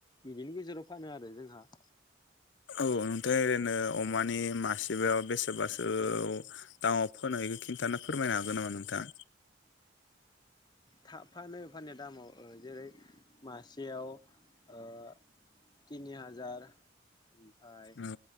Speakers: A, on the left; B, on the left.
A: बिदिनि गेजेराव फानो आरो जोंहा <inaudible>
B: औ नोंथां ओरैनो अमानि मासेबायाव बेसेबासो दामाव फोनायखौ खिन्थानो फोरमायनो हागोन नामा नोंथां।
A: थाब फानो फाननाया दामाव जेरै मासेयाव ओ तिनि हाजार ओमफाय
B: औ